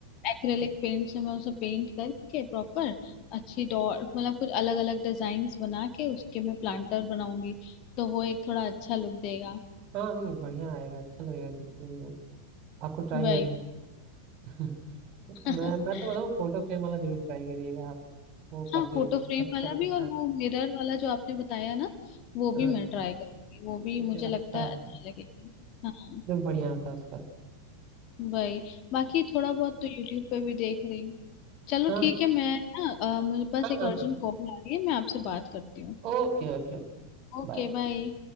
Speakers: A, on the left; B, on the right.
A: एक्रेलिक पेंट से मैं उसे पेंट करके प्रॉपर अच्छी डॉट मतलब कुछ अलग अलग डिजाइन बना के उसके मैं प्लांटर बनाऊंगी तो वो एक थोड़ा अच्छा लुक देगा
B: हाँ नहीं बढ़िया आएगा अच्छा लगेगा देखने में वो। आपको ट्राई
A: वही
B: करना <laughs>
A: <laughs>
B: मैं मैं तो बताऊँ फोटो फ्रेम वाला जरूर ट्राई करिएगा आप वो
A: हाँ
B: काफी
A: फोटो फ्रेम
B: अच्छा
A: वाला
B: चीज
A: भी और
B: था
A: वो मिरर वाला जो आपने बताया ना वो
B: हाँ
A: भी मैं ट्राई करूंगी वो भी मुझे
B: ये अच्छा
A: लगता है अच्छा लगेगा हाँ
B: जो बढ़िया था उसका
A: वही बाकी थोड़ा बहुत तो यूट्यूब पे भी देख रही हूँ चलो
B: हाँ
A: ठीक है मैं ना अ, मेरे पास
B: हाँ
A: एक
B: हाँ
A: अर्जेंट कॉल आ रही है मैं आपसे बात करती हूँ
B: Okay okay okay
A: Okay
B: बाय
A: bye